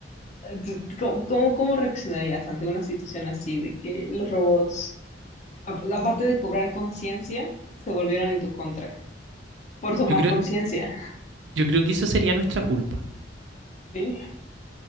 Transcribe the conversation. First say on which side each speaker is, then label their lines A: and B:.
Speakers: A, on the left (about 40°); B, on the right (about 70°).
A: ¿Tú- tú- ¿Cómo, cómo, cómo reaccionarías ante una situación así de que los robots, a- aparte de cobrar conciencia, se volvieron en tu contra por tomar
B: Yo creo,
A: conciencia?
B: yo creo que eso sería nuestra culpa,
A: Sí.